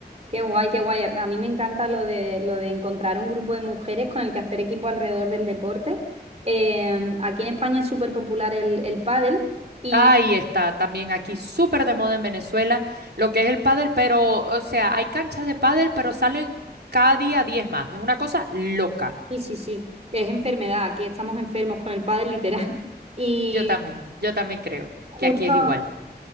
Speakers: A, on the right; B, on the right.
A: Qué guay, qué guay. A mí me encanta lo de, lo de encontrar un grupo de mujeres con el que hacer equipo alrededor del deporte. Eh, aquí en España es súper popular el, el pádel y,
B: Ahí está, también aquí súper de moda en Venezuela, lo que es el pádel, pero, o sea, hay canchas de pádel, pero salen cada día 10 más. Es una cosa loca.
A: y sí, sí, es enfermedad. Aquí estamos enfermos con el pádel literal. <laughs> Y
B: Yo también, yo también creo
A: justo
B: que aquí es igual.